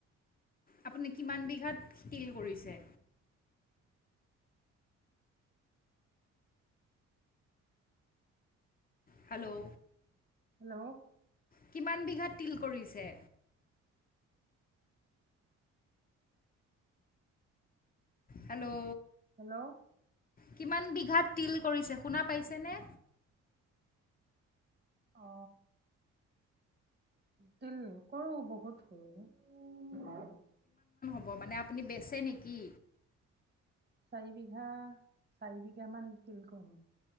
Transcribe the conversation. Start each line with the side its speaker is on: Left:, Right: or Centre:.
Left: আপুনি কিমান বিঘাত তিল কৰিছে হেল্ল'
Right: হেল্ল'
Left: কিমান বিঘাত তিল কৰিছে হেল্ল'
Right: হেল্ল'
Left: কিমান বিঘাত তিল কৰিছে শুনা পাইছেনে
Right: অ তিল কৰোঁ বহুত কৰোঁ
Left: অ মানে আপুনি বেচে নেকি
Right: চাৰি বিঘা চাৰি বিঘা মান তিল কৰো